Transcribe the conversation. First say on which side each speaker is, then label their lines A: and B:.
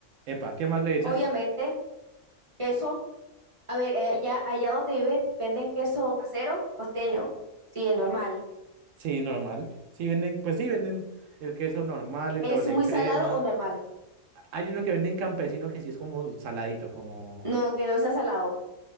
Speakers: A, on the right (about 75°); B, on the right (about 25°).
A: Epa, ¿qué más le echas?
B: Obviamente, queso. A ver, eh, allá,
A: Ah,
B: allá donde vive, ¿venden queso casero? Costeño. Sí, es normal.
A: Sí, normal. Sí, venden, pues sí, venden el queso normal, el
B: ¿Es
A: doble
B: muy
A: crema.
B: salado o normal?
A: Hay uno que venden campesino que sí es como saladito, como.
B: No, que no sea salado. O